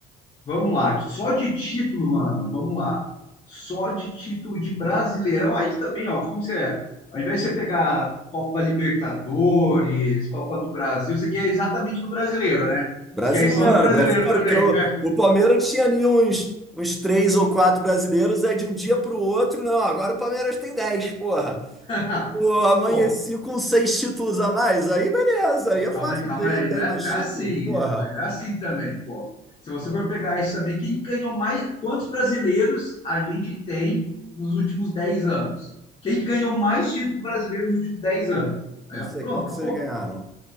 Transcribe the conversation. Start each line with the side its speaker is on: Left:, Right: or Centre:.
Left: vamos lá, só de título, mano, vamos lá. Só de título de Brasileirão, aí também, ó, como você é, ao invés de você pegar Copa Libertadores, Copa do Brasil, você quer exatamente no brasileiro, né?
Centre: Brasileiro,
Left: Você quer ir só no brasileiro
Centre: brasileiro,
Left: também.
Centre: porque o, o Palmeiras tinha ali uns, uns três ou quatro brasileiros, aí de um dia para o outro, não, agora o Palmeiras tem dez, porra.
Left: <laughs>
Centre: Pô, amanheci
Left: Pô,
Centre: com seis títulos a mais, aí beleza,
Left: Pô,
Centre: aí é
Left: Calma
Centre: fácil
Left: aí, calma
Centre: dizer,
Left: aí,
Centre: eu tenho
Left: né?
Centre: mais
Left: Não
Centre: título.
Left: é assim,
Centre: Porra,
Left: calma aí, não é assim também, pô. Se você for pegar isso também, quem ganhou mais? Quantos brasileiros a gente tem nos últimos 10 anos? Quem que ganhou mais título brasileiro nos últimos 10 anos?
Centre: não
Left: Aí, ó,
Centre: sei
Left: pronto,
Centre: quanto vocês
Left: acabou.
Centre: ganharam.